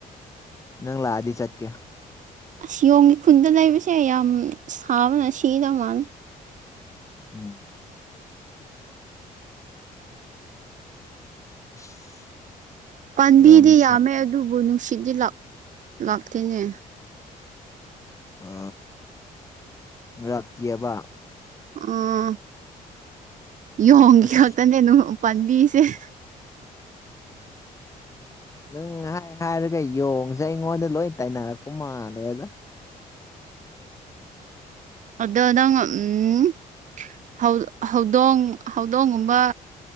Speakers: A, on the left; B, on the right.
A: ꯅꯪ ꯂꯥꯛ ꯑꯗꯤ ꯆꯠꯀꯦ
B: ꯑꯁ ꯌꯣꯡꯒꯤ ꯈꯨꯟꯗ ꯂꯩꯕꯁꯦ ꯌꯥꯝ ꯁꯥꯕꯅ ꯁꯤꯗꯧ ꯃꯥꯜꯂꯤ
A: ꯎꯝ ꯑꯁ
B: ꯄꯥꯝꯕꯤꯗꯤ
A: ꯌꯥꯝ ꯁꯥ
B: ꯌꯥꯝꯃꯦ ꯑꯗꯨꯕꯨ ꯅꯨꯡꯁꯤꯠꯗꯤ ꯂꯥꯛ ꯂꯥꯛꯇꯦꯅꯦ
A: ꯑ ꯂꯥꯛꯇꯤꯌ‌ꯦꯕ
B: ꯑꯥ ꯌꯣꯡꯈꯤ
A: ꯑꯁ
B: ꯈꯛꯇꯅꯦ ꯑꯗꯨ ꯄꯥꯟꯕꯤꯁꯦ <unintelligible>
A: ꯅꯪ ꯍꯥꯏ ꯍꯥꯏꯔꯒ ꯌꯣꯡꯁꯦ ꯑꯩꯉꯣꯟꯗ ꯂꯣꯏ ꯇꯥꯏꯅꯔꯛꯄ ꯃꯥꯜꯂꯦ ꯑꯗ
B: <inaudible> ꯑꯗ ꯅꯪ ꯎꯝ ꯍꯧ ꯍꯧꯗꯣꯡ ꯍꯧꯗꯣꯡꯒꯨꯝꯕ